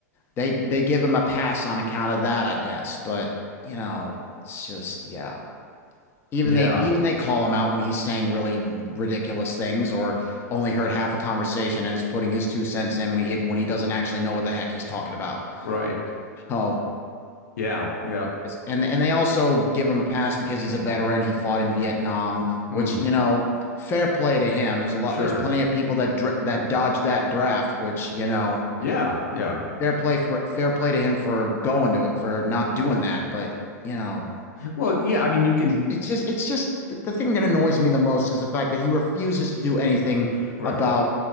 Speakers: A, on the left (about 25°); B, on the left (about 80°).
A: they they give him a pass on account of that, I guess. But you know, it's just yeah. Even
B: Yeah.
A: they even they call him out when he's saying really ridiculous things or only heard half a conversation and is putting his two cents in when he when he doesn't actually know what the heck he's talking about.
B: Right.
A: Oh,
B: Yeah. Yep.
A: and and they also give him a pass because he's a veteran. He fought in Vietnam,
B: Mm,
A: which you know, fair play to him. There's a lot.
B: sure.
A: There's plenty of people that dr- that dodged that draft, which you know,
B: Yeah. Yeah.
A: fair play for fair play to him for going to it for not doing that, but you know,
B: Well, yeah. I mean, you can.
A: it's just it's just the, the thing that annoys me the most is the fact that he refuses to do anything
B: Right.
A: about